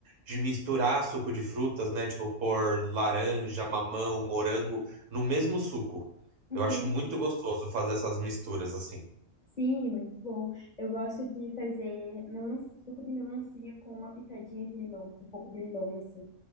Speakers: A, on the right; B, on the left.
A: de misturar suco de frutas, né? Tipo, pôr laranja, mamão, morango no mesmo suco.
B: Uhum.
A: Eu acho muito gostoso fazer essas misturas, assim.
B: Sim, muito bom. Eu gosto de fazer melancia, suco de melancia com uma pitadinha de limão, um pouco de limão, assim.